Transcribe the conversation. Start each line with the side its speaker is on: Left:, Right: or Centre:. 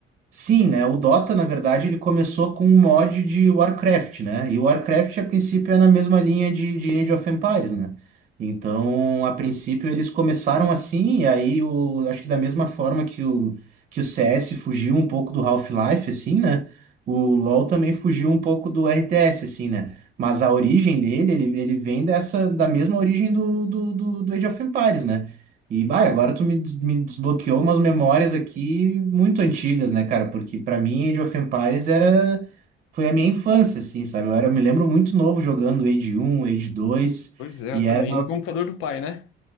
Right: Sim, né? O Dota, na verdade, ele começou com um mod de Warcraft, né? E o Warcraft, a princípio, é na mesma linha de, de Age of Empires, né? Então, a princípio, eles começaram assim, e aí, o, acho que da mesma forma que o, que o CS fugiu um pouco do Half-Life, assim, né? O LoL também fugiu um pouco do RTS, assim, né? Mas a origem dele, ele, ele vem dessa, da mesma origem do, do, do do Age of Empires, né? E, bah, agora tu me, des- me desbloqueou umas memórias aqui muito antigas, né, cara? Porque pra mim Age of Empires era... foi a minha infância, assim, sabe? Eu era, eu me lembro muito novo jogando Age um, Age dois
Left: Pois é,
Right: e
Left: eu também.
Right: era...
Left: No computador do pai, né?